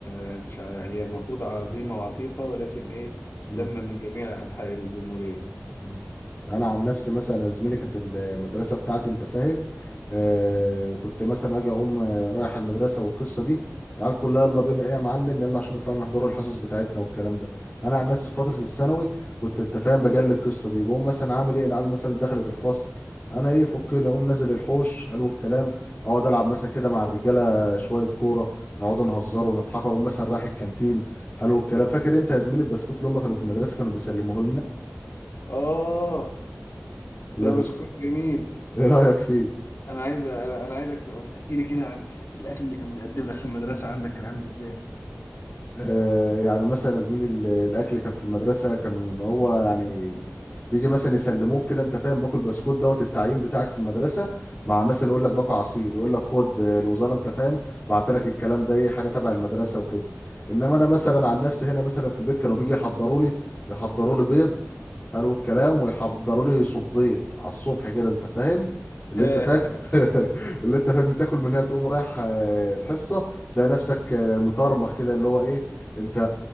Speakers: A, on the left; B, on the left.
A: يعني شع- هي المفروض عظيمة وعتيقة ولكن إيه
B: مم.
A: لما من جميع أنحاء الجمهورية
B: مم. انا عن نفسي مثلا يا زميلي كانت المدرسه بتاعتي انت فاهم آه كنت مثلا اجي اقوم آه، رايح المدرسه والقصه دي العيال كلها يلا بينا ايه يا معلم يلا عشان نطلع نحضروا الحصص بتاعتنا والكلام ده انا عن نفسي في فتره الثانوي كنت انت فاهم بجلي القصه دي بقوم مثلا عامل ايه العيال مثلا دخلت الفصل انا ايه فكني اقوم نازل الحوش حلو الكلام اقعد العب مثلا كده مع الرجاله شويه كوره نقعد نهزر ونضحك اقوم مثلا رايح الكانتين حلو الكلام فاكر انت يا زميلي البسكوت اللي هم كانوا في المدرسه كانوا بيسلموه
A: آه
B: لنا
A: ده بسكوت جميل
B: ايه رايك فيه
A: أنا عايز أنا أنا عايزك تحكي لي كده عن الأكل اللي كان متقدم لك في المدرسة عندك كان عامل إزاي؟
B: آه، يعني مثلا يا زميلي ال- الاكل كان في المدرسه كان هو يعني بيجي مثلا يسلموك كده انت فاهم باكل بسكوت دوت التعيين بتاعك في المدرسه مع مثلا يقول لك باكل عصير يقول لك خد آه، الوزاره انت فاهم بعت لك الكلام ده ايه حاجه تبع المدرسه وكده انما انا مثلا عن نفسي هنا مثلا في البيت كانوا بيجي يحضروا لي يحضروا لي بيض حلو الكلام ويحضروا لي صبيط على الصبح كده انت فاهم اللي
A: <laughs>
B: انت تاكل <laughs> اللي انت فاهم تاكل منها تقوم رايح آه، الحصه تلاقي نفسك آه، مطرمخ كده اللي هو ايه انت